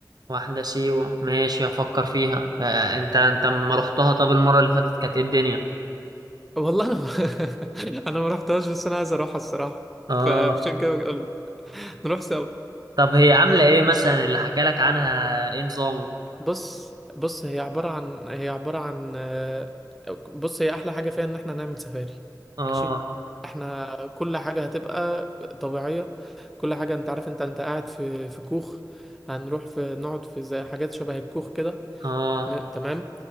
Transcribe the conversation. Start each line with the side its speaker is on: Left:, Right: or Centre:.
Right: واحده سيوه ماشي افكر فيها آه انت انت ما رحتها طب المره اللي فاتت كانت ايه الدنيا
Centre: والله انا <laughs> انا ما رحتهاش بس انا عايز اروحها الصراحة
Right: اه
Centre: فعشان كده بقول نروح سوا
Right: طب هي عامله ايه مثلا اللي حكى لك عنها ايه نظامه
Centre: بص بص هي عبارة عن هي عبارة عن آه، بص هي أحلى حاجة فيها إن احنا نعمل سفاري
Right: اه
Centre: ماشي احنا كل حاجة هتبقى طبيعية كل حاجة انت عارف انت انت قاعد في في كوخ هنروح في نقعد في زي حاجات شبه الكوخ كده
Right: اه
Centre: م- تمام